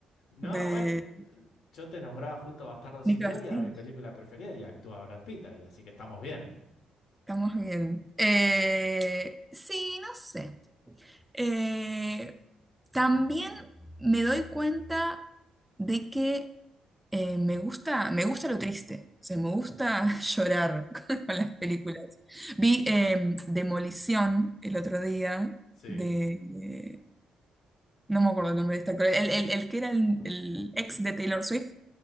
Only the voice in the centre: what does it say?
de
Nicolas
Cage?
Estamos bien. Eh, sí, no sé. Eh, también me doy cuenta de que eh, me gusta, me gusta lo triste. O sea, me gusta <laughs> llorar <laughs> con las películas. Vi eh, Demolición el otro día
de, eh, No me acuerdo el nombre de este actor. El, el- el que era el, el ex de Taylor Swift.